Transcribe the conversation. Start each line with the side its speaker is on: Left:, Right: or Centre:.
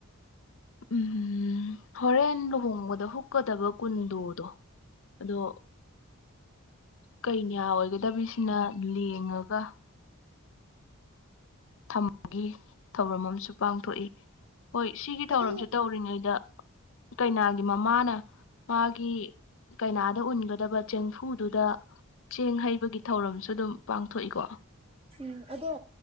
Left: ꯎꯝꯝ ꯍꯣꯔꯦꯟ ꯂꯨꯍꯣꯡꯕꯗ ꯍꯨꯛꯀꯗꯕ ꯀꯨꯟꯗꯣꯗꯣ ꯑꯗꯣ ꯀꯩꯅ꯭ꯌꯥ ꯑꯣꯏꯒꯗꯕꯤꯁꯤꯅ ꯂꯦꯡꯉꯒ ꯊꯝꯕꯒꯤ ꯊꯧꯔꯝ ꯑꯃꯁꯨ ꯄꯥꯡꯊꯣꯛꯏ ꯍꯣꯏ ꯁꯤꯒꯤ ꯊꯧꯔꯝꯁꯦ
Right: ꯑꯗꯨ
Left: ꯇꯧꯔꯤꯉꯩꯗ ꯀꯩꯅꯥꯒꯤ ꯃꯃꯥꯅ ꯃꯥꯒꯤ ꯀꯩꯅꯥꯗ ꯎꯟꯒꯗꯕ ꯆꯦꯡꯐꯨꯗꯨꯗ ꯆꯦꯡ ꯍꯩꯕꯒꯤ ꯊꯧꯔꯝꯁꯨ ꯑꯗꯨꯝ ꯄꯥꯡꯊꯣꯛꯏꯀꯣ꯫
Right: ꯎꯝ ꯑꯗꯣ